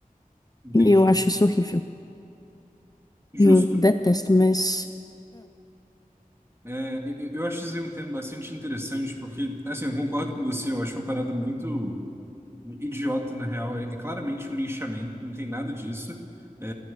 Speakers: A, on the right; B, on the left.
A: Entendi.
B: E eu acho isso horrível.
A: Justo.
B: Eu detesto, mas.
A: É, eu, eu acho esse um tema bastante interessante, porque, assim, eu concordo com você, eu acho uma parada muito. Um idiota, na real. É, é claramente um lixamento, não tem nada disso. É,